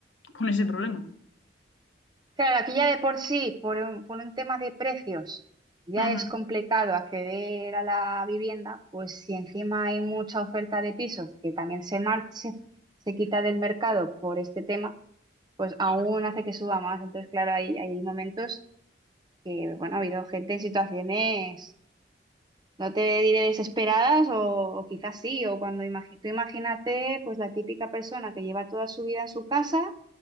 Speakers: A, on the left (about 85°); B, on the right (about 25°).
A: con ese problema.
B: Claro, aquí ya de por sí, por un, por un tema de precios, ya
A: Ujú,
B: es complicado acceder a la vivienda, pues si encima hay mucha oferta de pisos que también se, mar- se se quita del mercado por este tema pues aún
A: claro.
B: hace que suba más. Entonces, claro, hay, hay momentos que, bueno, ha habido gente en situaciones, no te diré desesperadas o, o quizás sí, o cuando imagi- tú imagínate, pues la típica persona que lleva toda su vida en su casa